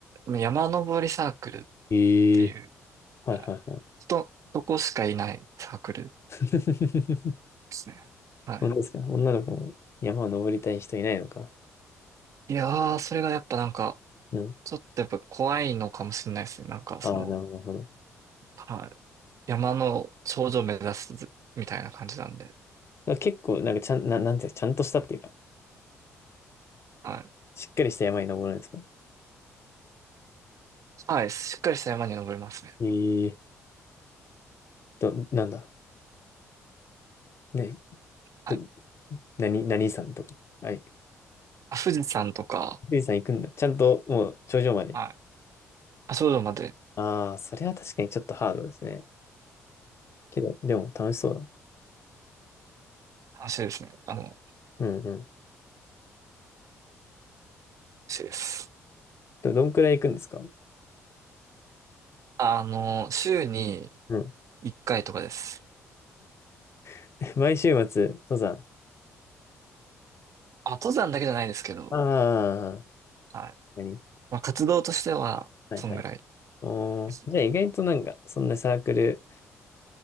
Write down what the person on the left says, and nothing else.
ええ
はいはいはい。
<laughs>
本当ですか女の子も山を登りたい人いないのか。
うん。
ああ、なるほど。なるほど
結構、なんかちゃん、な、なんていうか、ちゃんとしたっていうか、
しっかりした山に登るんですか
ええと、どなんだ。ね、
ちょっと何、何さんとか。はい。
リさん行くんだ。ちゃんともう頂上まで。
ああ、それは確かにちょっとハードですね。けど、でも楽しそうだ。
うんうん。
ど、どんくらい行くんですか
うん。
<laughs> 毎週末、登山。
ああ、
何
はいはい。
おー、
じゃあ意外となんか、そんなサークル、